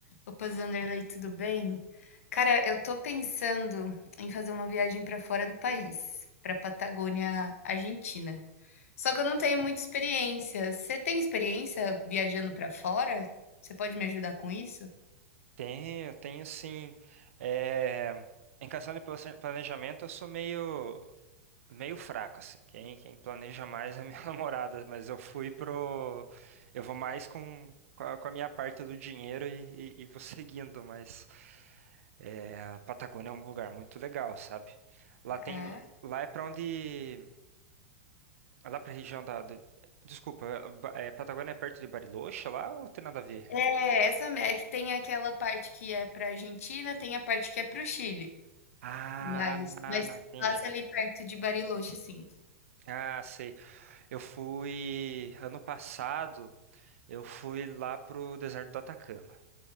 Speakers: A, on the left (about 75°); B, on the right (about 70°).
A: Opa, Zanderlei, tudo bem? Cara, eu tô pensando em fazer uma viagem pra fora do país, pra Patagônia, Argentina. Só que eu não tenho muita experiência. Você tem experiência viajando pra fora? Você pode me ajudar com isso?
B: Tenho, tenho sim. É, em questão de plase- planejamento, eu sou meio, meio fraco, assim. Quem, quem planeja mais é minha <laughs> namorada, mas eu fui pro. Eu vou mais com, com a, com a minha parte do dinheiro e, e- e vou <laughs> seguindo, mas é, a Patagônia é um lugar muito legal, sabe? Lá tem.
A: Ah.
B: Lá é pra onde. Lá pra região da. da- desculpa, é, Ba- é, Patagônia é perto de Bariloche lá ou tem nada a ver?
A: É, essa é que tem aquela parte que é pra Argentina, tem a parte que é pro Chile.
B: Ah,
A: Mas, mas
B: entendi.
A: passa ali perto de Bariloche, sim.
B: Ah, sei. Eu fui ano passado, eu fui lá pro deserto do Atacama.